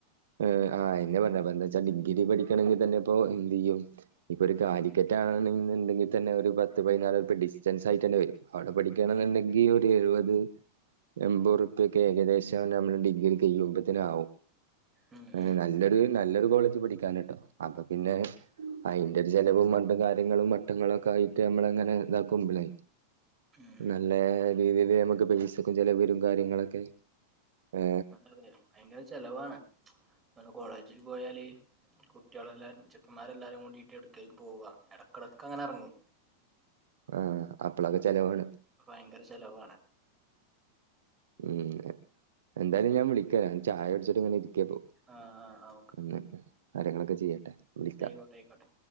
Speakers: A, on the right (about 60°); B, on the right (about 20°).
A: ഏ ആ അയന്നെ പറഞ്ഞ. അപ്പ എന്താച്ചാൽ ഡിഗ്രി പഠിക്കണെങ്കിൽ തന്നെ ഇപ്പോ എന്ത് ചെയ്യും. ഇപ്പൊ ഒരു കാലിക്കറ്റ് ആണന്ന്ണ്ടെങ്കിൽ തന്നെ ഒരു പത്ത് പതിനാലുറുപ്പ്യ ഡിസ്റ്റൻസ് ആയി തന്നെ വരും അവിടെ പഠിക്കാണെന്ന്ണ്ടെങ്കി ഒരു എഴുപത് എൺമ്പത് റുപ്പ്യൊക്കെ ഏകദേശ നമ്മുടെ ഡിഗ്രി കഴിയുമ്പത്തിന് ആകും
B: ഉം
A: ഏ
B: ഉം
A: നല്ലൊരു നല്ലൊരു കോളേജ് പഠിക്കാന് ട്ടോ. അപ്പൊ പിന്നെ, അയിന്റെ ഒരു ചലവും മണ്ടും കാര്യങ്ങളും മട്ടങ്ങളും ഒക്കെ ആയിട്ട് നമ്മള അങ്ങനെ ഇതാക്കും മുമ്പിലായി
B: ഉം
A: നല്ല രീതില് നമ്മക്ക് പൈസക്കും ചെലവരും കാര്യങ്ങളൊക്കെ ഏ
B: അതെ ഭയങ്കര ചെലവാണ്. കോളേജില് പോയാല്. കുട്ടിളല്ലാരും ചെക്കന്മാരെല്ലാരും കൂടീട്ട് എടുകേകും പോവ എടക്കടക്ക് അങ്ങനെ ഇറങ്ങും
A: ആഹ് അപ്പളൊക്കെ ചെലവാണ്
B: ഭയങ്കര ചെലവാണ്
A: ഉം എന്തായാലും ഞാൻ വിളിക്ക ഞാൻ ചായുടിച്ചിട്ട് ഇങ്ങനെ ഇരി ക്കപ്പൊ
B: ആഹ് ആഹ്
A: <unintelligible> കാര്യങ്ങളൊക്കെ ചെയ്യട്ടെ. വിളിക്കാം
B: അയിക്കോട്ടെ, അയിക്കോട്ടെ.